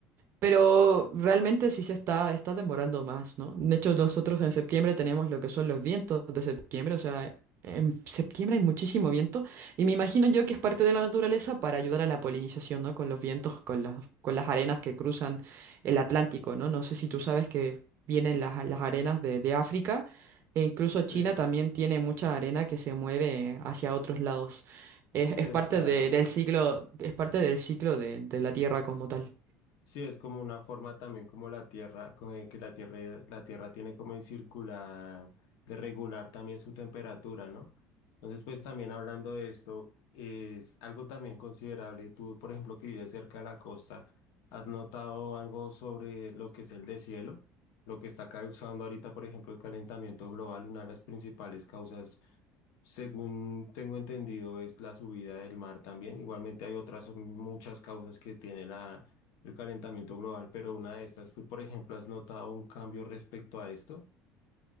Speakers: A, on the right (about 40°); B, on the left (about 70°).
A: pero realmente sí se está, está demorando más, ¿no? De hecho, nosotros en septiembre tenemos lo que son los vientos de septiembre, o sea, en septiembre hay muchísimo viento y me imagino yo que es parte de la naturaleza para ayudar a la polinización, ¿no? Con los vientos, con las, con las arenas que cruzan el Atlántico, ¿no? No sé si tú sabes que vienen las, las arenas de, de África e incluso China
B: Sí.
A: también tiene mucha arena que se mueve hacia otros lados. Es,
B: Sí,
A: es
B: del
A: parte
B: Sahara.
A: de- del ciclo, es parte del ciclo de de la Tierra como tal.
B: Sí, es como una forma también como la Tierra, con el que la Tierra, la Tierra tiene como de circular, de regular también su temperatura, ¿no? Entonces, pues también hablando de esto, es algo también considerable. Tú, por ejemplo, que vives cerca de la costa, ¿has notado algo sobre lo que es el deshielo? Lo que está causando ahorita, por ejemplo, el calentamiento global, una de las principales causas según tengo entendido, es la subida del mar también. Igualmente hay otras muchas causas que tiene la, el calentamiento global, pero una de estas, ¿tú, por ejemplo, has notado un cambio respecto a esto?